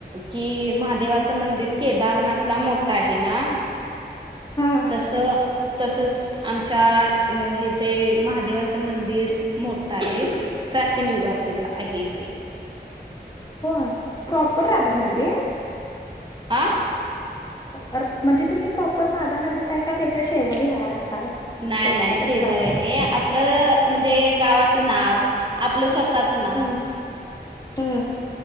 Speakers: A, on the right; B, on the left.
A: कि महादेवाचं मंदिर, केदारनाथ ला मोठं आहे ना.
B: हा
A: तसं तसच आमच्या इथे महादेवाचं मंदिर मोठा आहे. प्राचीन युगातील आहे इथे.
B: होय प्रॉपर राधानगरी ये.
A: आं.
B: अ म्हणजे तुम्ही प्रॉपर नादानगरीत हाय का? त्याच्या शेजारी हाय राह ताय
A: नाही
B: कोणत्या
A: नाही शेजारी
B: तरी गावात
A: हे आपलं म्हणजे गावाच नाव, आपलं स्व त्याच नाव,
B: हम्म हम्म